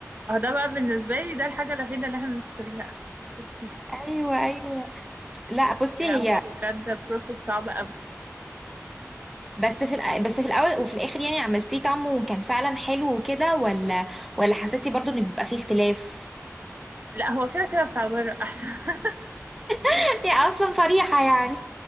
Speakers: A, on the right; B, in the centre.
A: اه ده بقى بالنسبة لي ده الحاجة الوحيدة اللي احنا بنشتريها أسهل بكتير
B: ايوه ايوه لا بصي
A: لا هو
B: هي
A: بجد بروسيس صعب قوي
B: بس في الأ- بس في الاول وفي الاخر يعني عملتيه طعمه وكان فعلا حلو وكده ولا ولا حسيتي برضو ان بيبقى فيه اختلاف
A: لا هو كده كده بتاع بره أحسن <laughs>
B: <laughs> هي اصلا صريحه يعني